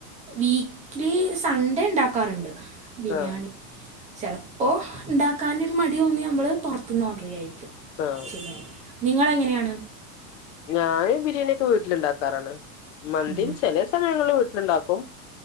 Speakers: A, on the right; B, on the left.
A: വീക്ക്ലി സൺഡേ ഇണ്ടാക്കാറുണ്ട് ബിരിയാണി
B: ആഹ്
A: ചലപ്പോ ഇണ്ടാക്കാനോരു മടി തോന്നിയ നമ്മൾ പോറത്ത്ന്ന് ഓർഡർ ചെയ്യായിരിക്കും
B: ആഹ്
A: ചെയ്യാറ് നിങ്ങളെങ്ങനെയാണ്
B: ഞാന് ബിരിയാണിക്കെ വീട്ടിലുണ്ടാക്കാറാണ് മന്തി
A: ഉം.
B: ചെലെ സമയങ്ങളി വീട്ട്ല്ണ്ടാക്കും